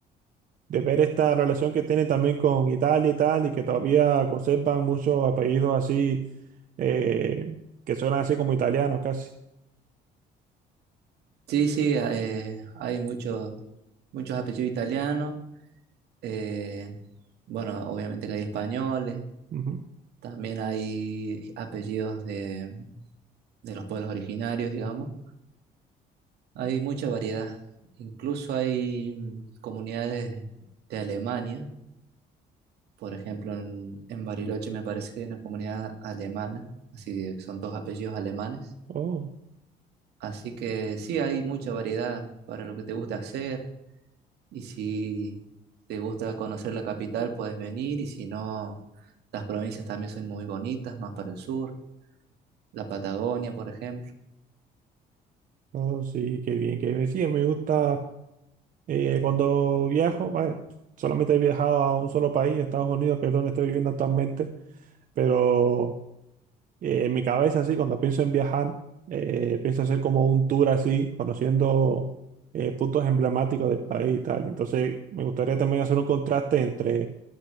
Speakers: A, on the right; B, on the right.
A: de ver esta relación que tiene también con Italia y tal, y que todavía conservan muchos apellidos así eh, que suenan así como italianos casi.
B: Sí, sí, eh, hay muchos muchos apellidos italianos. eh, bueno, obviamente que hay españoles.
A: Ujú.
B: También hay apellidos de, de los pueblos originarios, digamos. Hay mucha variedad. Incluso hay mm, comunidades de Alemania. Por ejemplo, en, en Bariloche me parece que hay una comunidad alemana. Así que son dos apellidos alemanes.
A: Oh,
B: Así que sí, hay mucha variedad para lo que te gusta hacer. Y si te gusta conocer la capital, puedes venir. Y si no, las provincias también son muy bonitas, más para el sur. La Patagonia, por ejemplo.
A: oh, sí, qué bien, qué bien. Sí, me gusta eh, cuando viajo, bueno, solamente he viajado a un solo país, Estados Unidos, que es donde estoy viviendo actualmente, pero eh, en mi cabeza, así, cuando pienso en viajar, eh, pienso hacer como un tour así, conociendo eh, puntos emblemáticos del país y tal. Entonces, me gustaría también hacer un contraste entre